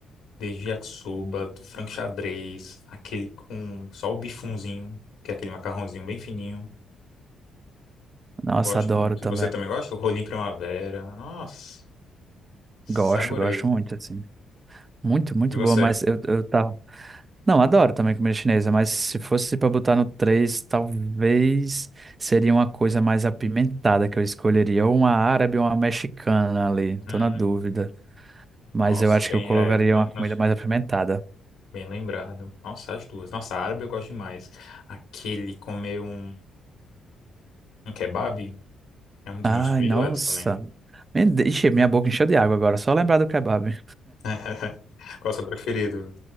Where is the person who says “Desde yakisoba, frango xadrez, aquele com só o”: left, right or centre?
Left